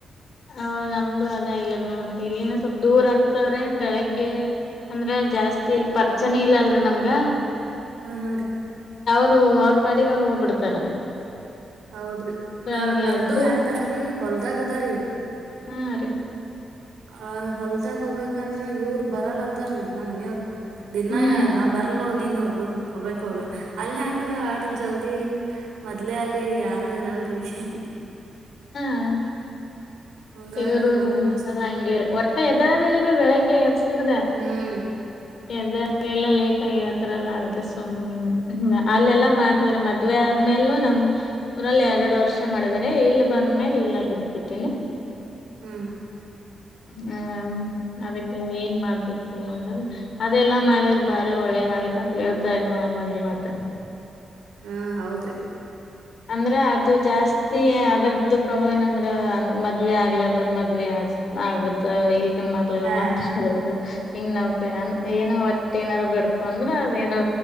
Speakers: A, on the left; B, on the right.
A: ಹ ನಮ್ದು ಅದೇ ಆಗ್ಯದ್ ನೋಡ್ರಿ ಇಲ್ಲಿನ ಸ್ವಲ್ಪ ದೂರ ಆಗ್ತವ್ರೆ ಬೆಳಿಗ್ಗೆ ಅಂದ್ರೆ ಜಾಸ್ತಿ ಇಲ್ ಪರ್ಚನೆ ಇಲ್ಲ ಅಲ್ರರಿ ನಮ್ಗ-
B: ಹಾ ಹಾ ರೀ
A: ಅವ್ರು ಅವ್ರ ಪಾಡಿಗ್ ಅವ್ರು ಹೋಗ್ಬಿಡ್ತಾರ.
B: ಹೌದ್ರಿ
A: <unintelligible>
B: ನಾ ನಮ್ದು
A: ಎದ್ದು
B: ಹೆಂಗ ಅದರಿ ಹೊಲ್ದಾಗ ಅದರಿ
A: ಹಾ ರೀ
B: ಆ ಹೊಲ್ದಾಗ ಹೋಗಬೇಕಂದ್ರೆ ಇವ್ರ ಬರಲ್ತಾರಿ ನಮ್ಮ್ ಮನೆಯವ್ರು. ದಿನಾ
A: ಹ್ಮ್
B: ನಾ ಬರ್ಲೋ ನೋಡ್ ನಿ- - <unintelligible> ಅಲ್ ಹೆಂಗ ಆಟದ್ ಜಲ್ದಿ ಮೊದ್ಲೆೇ ಅಲ್ಲಿ ಯಾರು ಇರಲ್ರಿ ಹ
A: ಹ್ಮ
B: ಹಂಗಾಗಿ
A: ಇವರು
B: ವಲ್
A: <unintelligible>
B: ಅನಸ್
A: ಒಟ್ಟೆ ಎದ್ದಳದ್ ಇಲ್ರಿ ಬೆಳಿಗ್ಗೆ ಎಬ್ಸಿದ್ರ
B: ಹ್ಮ್
A: <unintelligible> ಲೇಟಾಗಿ -- <unintelligible> ಅದಕ್ಕೆ ಸುಮ್ ಅಲ್ಲೆಲ್ಲಾ ಮಾಡ್ತಿದ್ರ ಮದ್ವೆ ಆದ್ಮೇಲೂ ನಮ್ಮೂರಲ್ -- ಎರಡು ವರ್ಷ ಮಾಡಿದ್ರರೆ ಇಲ್ ಬಂದ್ಮೇಲೆ ಇಲ್ಲ ಬಿತ್ ಬಿಡ್ತೀನಿ.
B: ಹ್ಮ್
A: ಹ್ಮ ಅದಕ್ಕೆ ಏನ್ ಮಾಡ್ಬೇಕು ಅದೆಲ್ಲಾ ಮಾಡ ಬಾರಿ ಒಳ್ಳೇದ ಆಗತ್ ಅಂತ ಹೇಳ್ತಾರೆ ಮಂದಿ ಮತ್ತ.
B: ಹಾ ಹೌದ್ರಿ
A: ಅಂದ್ರ ಅದು ಜಾಸ್ತಿ ಅದ್ರದ್ದು ಪ್ರಭಾವ ಏನಂದ್ರ ಅಂದ ಮದ್ವೆ ಆಗ್ಲಾರದ್ರ ಮದ್ವಿ ಆಗ್ ಆಗುತ್ತಾ <unintelligible> ಕೆ ಮಾಡ್ಲಿಲ್ಲ
B: ಹಾ
A: ಮತಾದು ಹಿಂಗ ನಾವ್ ಏನೋ ಒಟ್ಟೆ ಏನಾರು ಬೇಡ್. ಬಂದ್ರ ಅದೇನೋ